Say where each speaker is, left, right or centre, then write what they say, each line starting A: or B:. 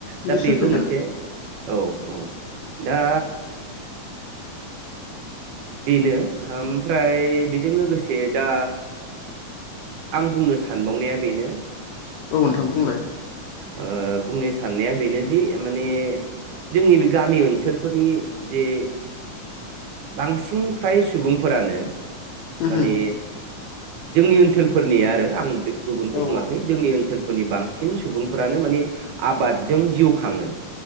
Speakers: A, on the right; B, on the left.
A: दा
B: नोंसोर
A: बेबो
B: फैगोन
A: मोनसे औ औ दा बेनो ओमफ्राय बेजों लोगोसे दा आं बुंनो सानबावनाया बेनो।
B: औ नोंथां
A: उम
B: बुंलाय।
A: ओ बुंनो साननाया बेनो दि माने जोंनि बे गामि ओनसोलफोरनि जे बांसिन फ्राय सुबुंफोरानो माने
B: होम
A: जोंनि ओनसोलफोरनि आरो आं बे गुबुनखौ
B: औ
A: बुङाखै जोंनि ओनसोलफोरनि बांसि सिन सुबुंफोरानो मानि आबादजों जिउ खाङो।